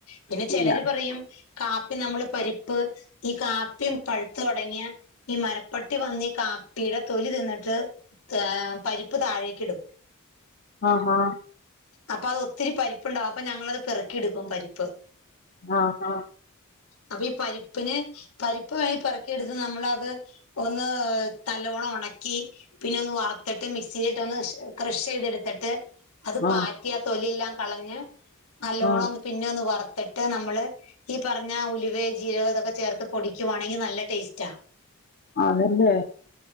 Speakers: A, on the left; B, on the left.
A: പിന്നെ ചെലര്
B: ഇല്ല
A: പറിയും കാപ്പി നമ്മള് പരിപ്പ് ഈ കാപ്പിം പഴ്ത്ത്‌ തൊടങ്ങിയാ ഈ മരപ്പട്ടി വന്നീ കാപ്പീടെ തൊലി തിന്നിട്ട് ഏഹ് പരിപ്പ് താഴേക്ക് ഇടും
B: ആഹാ
A: അപ്പൊ അത് ഒത്തിരി പരിപ്പ്ണ്ടാവും അപ്പ ഞങ്ങളത് പെറുക്കി ഇട്ക്കും പരിപ്പ്
B: ആ ഹാ
A: അപ്പൊ ഈ പരിപ്പിന് പരിപ്പ് വേണേ പെറിക്കിയെടുത്ത് നമ്മള് അത് ഒന്ന് ന്നല്ലോണം ഒണക്കി പിന്നെ ഒന്ന് വറത്ത്ട്ട് മിക്സിലിട്ട് ഒന്ന് ക്രഷ് ചെയ്തെടുത്തിട്ട് അത് പാറ്റി
B: ആഹ്
A: ആ തൊലിയെല്ലാം കളഞ്ഞ് നല്ലോണം
B: ആഹ്
A: ഒന്ന് പിന്നെ ഒന്ന് വർത്ത്ട്ട് നമ്മള് ഈ പറഞ്ഞ ഉലുവേ ജീരകം ഇതൊക്കെ ചേർത്ത് പൊടിക്കുവാണെങ്കി നല്ല ടേസ്റ്റാ
B: ആതല്ലേ